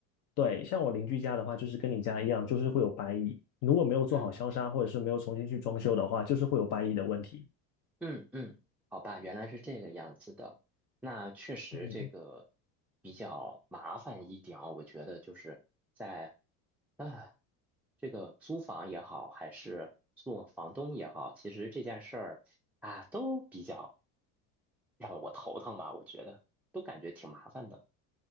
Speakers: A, on the left; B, in the centre.
A: 对，像我邻居家的话，就是跟你家一样，就是会有白蚁，如果没有做好消杀或者是没有重新去装修的话，
B: 嗯
A: 就是会有白蚁的问题。
B: 嗯嗯，好吧，原来是这个样子的。那确实这个
A: 嗯
B: 比较麻烦一点啊，我觉得就是在。啊，这个租房也好，还是做房东也好，其实这件事儿啊，都比较让我头疼吧，我觉得都感觉挺麻烦的。